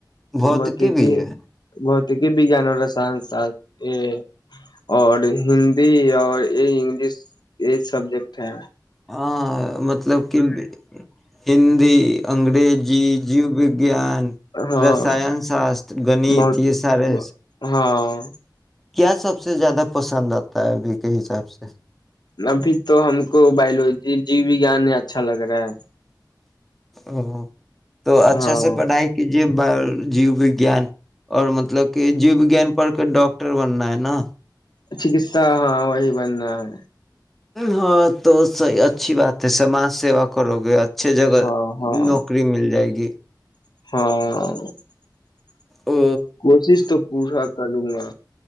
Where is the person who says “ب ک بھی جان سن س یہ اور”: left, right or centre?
Left